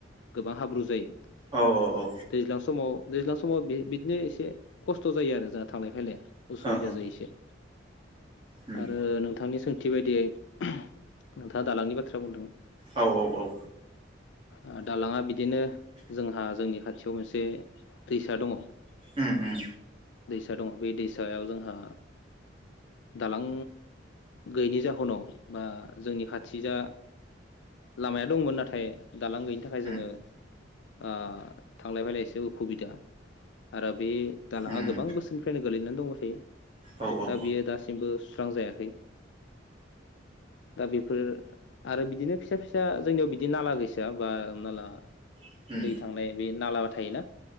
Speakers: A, on the left; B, on the right.
A: गोबां हाब्रु जायो।
B: औ औ औ
A: दैज्लां समाव दैज्लां समाव बि बिदिनो एसे खस्थ' जायो आरो जोंहा थांलाय फैलाया असुबिदा
B: अ अ
A: जायो एसे
B: उम
A: आरो नोंथांनि सों थि बायदियै नोंथाङा दालांनि बाथ्रा बुंदों
B: औ औ औ
A: हो दालाङा बिदिनो जोंहा जोंनि खाथि खाथियाव मोनसे दैसा दङ
B: उम उम
A: दैसा दङ बे दैसायाव जोंहा दालां गैयिनि जाहोनाव बा जोंनि खाथि जा लामायाव दंमोन नाथाय दालां गैयिनि थाखाय
B: उम
A: जोङो ओ थांलाय फैलाय एसे उसुबिदा आरो बे दालाङा
B: उम
A: गोबां बोसोरनिफ्रायनो गोलै नानै दंबाथायो
B: औ औ
A: दा
B: औ अ
A: बियो दासिमबो सुस्रां जायाखै दा बेफोर आरो बिदिनो फिसा फिसा जोंनियाव बिदि नाला गैसोआ बा हमना ला
B: उम
A: दै थांनाय बे नालाबाथ थायोना